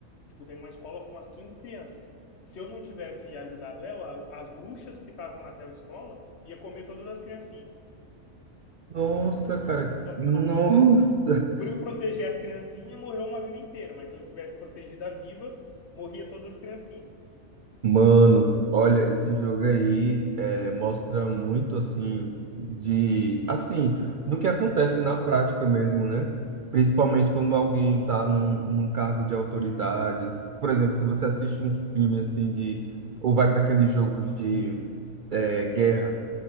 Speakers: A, on the left (about 60°); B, on the right (about 60°).
A: Tipo, tem uma escola com umas 15 crianças. Se eu não tivesse ajudado ela, as bruxas que estavam naquela escola ia comer todas as criancinhas.
B: Nossa, cara.
A: Então,
B: Nossa.
A: por, por, por eu proteger as criancinhas, morreu uma viva inteira. Mas se eu tivesse protegido a viva, morria todas as criancinhas.
B: Mano, olha, esse jogo aí é, mostra muito assim de assim do que acontece na prática mesmo, né? Principalmente quando alguém está num, num cargo de autoridade. Por exemplo, se você assiste um filme assim de ou vai para aqueles jogos de é, guerra.